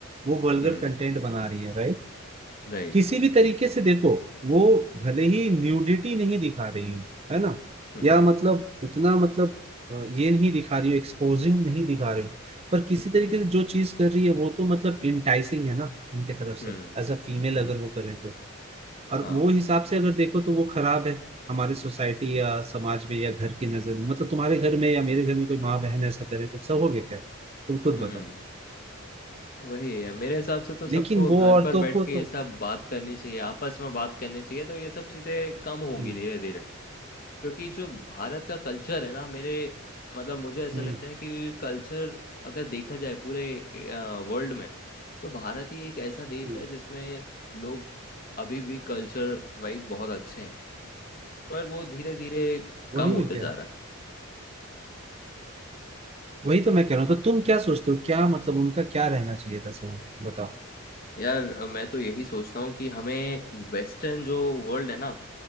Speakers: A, on the right (about 30°); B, on the left (about 40°).
A: वो वल्गर
B: हम्म
A: कंटेंट बना रही है राइट।
B: राइट
A: किसी भी तरीके से देखो वो भले ही न्यूडिटी नहीं दिखा रही हो है ना
B: हम्म
A: या मतलब उतना मतलब अ, ये नहीं दिखा रही हो एक्सपोजिंग नहीं दिखा रही हो पर किसी तरीके से जो चीज कर रही है वो तो मतलब इंटाइसिंग है ना उनके तरफ से
B: हम्म
A: एज अ फीमेल
B: हम्म
A: अगर वो करें तो और
B: हाँ
A: वो हिसाब से अगर देखो तो वो खराब है हमारे सोसाइटी या समाज में या घर की नजर में मतलब तुम्हारे घर में या मेरे घर में कोई माँ बहन ऐसा करे तो सहोगे क्या तुम खुद
B: हम्म
A: बताओ
B: वही है मेरे हिसाब से तो सबको
A: लेकिन वो
B: घर
A: औरतों
B: पर बैठ
A: को
B: के ये
A: तो
B: सब बात करनी चाहिए आपस में बात करनी चाहिए तो ये सब चीजें कम होंगी
A: हम्म
B: धीरे धीरे क्योंकि जो भारत का कल्चर है ना मेरे मतलब मुझे ऐसा
A: हम्म
B: लगता है कि कल्चर अगर देखा जाए पूरे वर्ल्ड में तो भारत ही एक ऐसा देश
A: हम्म,
B: है जिसमें लोग अभी भी कल्चर वाइज बहुत अच्छे हैं पर वो धीरे धीरे कम
A: वही
B: होते
A: में क्या
B: जा
A: है?
B: रहा है
A: वही तो मैं कह रहा हूँ तो तुम क्या सोचते हो क्या मतलब उनका क्या रहना चाहिए था सर बताओ
B: यार मैं तो यही सोचता हूँ कि हमें वेस्टर्न जो वर्ल्ड है ना